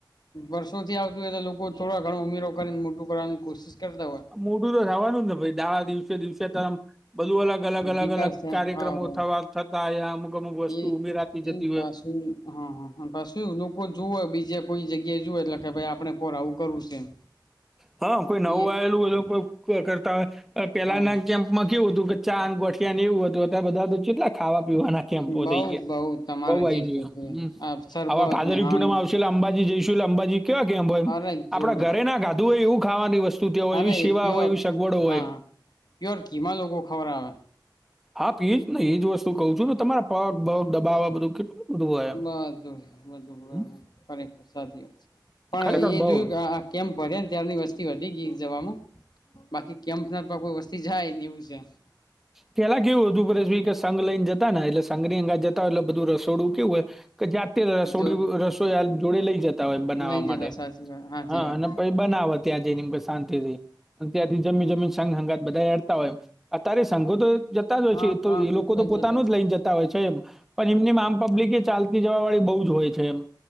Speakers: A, on the left; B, in the centre.
A: વર્ષો થી આવતી હોય તો લોકો થોડા ઘણો ઉમેરો કરીને મોટું કરવાની કોશિશ કરતા હોય.
B: મોટું તો થવાનું જ ને ભાઈ દા દિવસે દિવસે તોમ બધું અલગ અલગ અલગ
A: વિકાસ
B: અલગ
A: થાય
B: કાર્યક્રમો
A: હા હોય
B: થવા થતા એ અમુક અમુક વસ્તુ
A: એ
B: ઉમેરાતી જતી
A: એ
B: હોય.
A: પાછું હા હા પાછું લોકો જોવે હોય બીજે કોઈ જગ્યાએ જુ એટલે કે ભાઈ આપડણે પોર આવું કરવું છે એમ.
B: હા કોઈ નવું
A: એ
B: આવેલું હોય કો કરતા હો, પેલાના
A: હા
B: કેમ્પમાં કેવું હતું ચાંગ ગોઠિયા ને એવું હતું અત્યારે બધા તો કેટલા ખાવા પીવા નાખ. કેમ બહ
A: બઉ
B: થઈ ગયા,
A: બઉ તમારે
B: બઉ ભાઈ
A: જે જોતું
B: જો હમ,
A: હોય આ સરબત
B: હવે ભાદરીપુરમાં
A: ને હા
B: આવશે એટલે અંબાજી જઈશું એટલે અંબાજી. કેવા કેમ હોય એમ,
A: અરે
B: આપણા
A: જોરદાર
B: ઘરે ના ગાધુ એવું ખાવાની વસ્તુ ત્યાં હોય
A: હા
B: એવી
A: એ
B: સિવા
A: પ્યોર
B: હોય એવી સગવડો હોય
A: હા
B: એમ.
A: પ્યોર કીમાં લોકો ખવરાવે.
B: હા એજ ને એજ વસ્તુ કવ છુંને તમારા પગ બગ દબાવવા બધું કેટલું. બધું હોય એમ.
A: બધું છે બધું
B: હમ,
A: બ ખરેખર સાચી વાત છે, પણ
B: ખરેખર
A: એ
B: બઉ
A: જોયું કે આ કેમ ફર્યા ને ત્યારની વસ્તી હતી ગી જનું. બાકી કેમ્પના કોઈ વસ્તી જાય ને એવું છે.
B: પેલા કેવું હતું પરેશ કે સંઘ લઈને જતા ને એટલે સંઘની અંગાજ જતાટલે બધું રસોડું કેવું હોય, કે જાતે રસોડું
A: જો
B: રસોઈ જોડે લઈ જતા. હોય બનાવવા
A: લઈ
B: માટે,
A: જતા સાચી વાત સાચી
B: હ
A: વાત
B: અને પછ બનાવો ત્યાં જઈને શાંતિથી, ત્યાંથી જમી જમીન સઘ સંગાત બધા હડતા હોય. અત્યારે સંઘો તો જતા જ હોય
A: હા
B: છે તો
A: હા
B: એ લોકો તો પોતાનું
A: જતા
B: જ લઈને જતા હોય છે, એમ પણ એમને આમ પબ્લિક એ ચાલતી જવા વાળી બહુ જ હોય છે એમ,